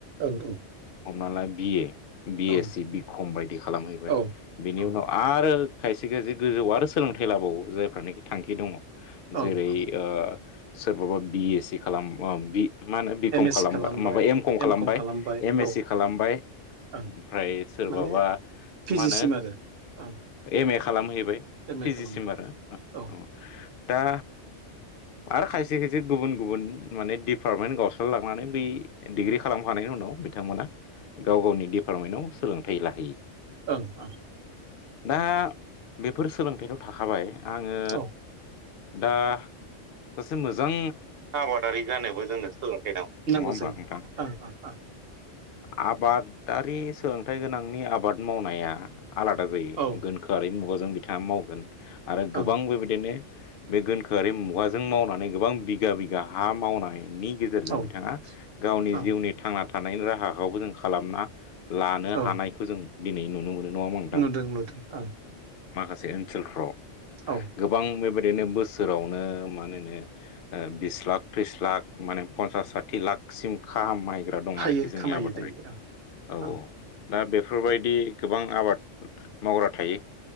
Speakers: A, on the right (about 55°); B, on the left (about 60°).
A: ओं
B: हमना ला बि ए बि
A: ओं
B: एस सि बि कम बायदि खालामहैबाय
A: औ
B: बिनि
A: ओं
B: उनाव आरो खायसे खायसे गोजौआव आरो सोलोंथाइ लाबावो जायफ्रानोखि थांखि दङ'
A: ओं
B: जेरै
A: ओं
B: ओ सोरबाबा बि ए सि खालाम ओम बि मा होनो बि
A: एम
B: कम
A: एस
B: खालामबा
A: सि खालामबाय
B: माबा एम कम बाय
A: खालामबाय
B: एम एस
A: औ
B: सि खालामबाय
A: ओं
B: ओमफ्राय सोरबाबा
A: माने पि
B: मा होनो
A: जि सिम आरो ओं
B: एम ए खालामहैबाय
A: एम
B: पिजिसिम
A: ए खालामबाय
B: आरो अ
A: औ
B: दा आरो खायसे खायसे गुबुन गुबुन माने डिपार्टमेन्ट गावस्रालांनानै बै डिग्रि खालामखांनायनि उनाव बिथांमोना गाव गावनि डिपार्टमेन्टाव सोलोंथाइ लाहैयो।
A: ओं ओं
B: दा बेफोर सोलोंथाइखौ थाखाबाय आङो
A: औ
B: दा सासे मोजां
A: आबादारि जानोबो जोंनो सोलोंथ
B: नङा
A: नांगौ
B: होमबा
A: जायो
B: नोंथां
A: ओ ओ ओ
B: आबादारि सोलोंथाइ गोनांनि आबाद मावनाया आलादा जायो
A: ओं
B: गोनखोआरि मुगाजों बिथाङा मावगोन आरो गोबां
A: ओं
B: बेबायदिनो बे गोनखोआरि मुगाजों मावनानै गोबां बिगा बिगा हा मावनायनि गेजेरजों
A: औ ओं
B: बिथाङा गावनि
A: औ ओं
B: जिउनि थांना थानायनि राहाखौबो जों खालामना लानो
A: औ
B: हानायखौ जों दिनै नुनो मोनो। नङा होनबा नोंथां
A: नुदों नुदों ओं
B: माखासे ओनसोलफ्राव
A: औ
B: गोबां बेबाय दिनो बोसोरावनो मानोनो ओ बिस लाख त्रिस लाख माने पन्सास साथि लाखसिम खाहाम मायग्रा दं
A: हायो
B: आरोखि जोंनि
A: खामायो
B: आबादारि
A: दायो
B: औ
A: ओं
B: औ दा बेफोरबायदि गोबां आबाद मावग्रा थायो।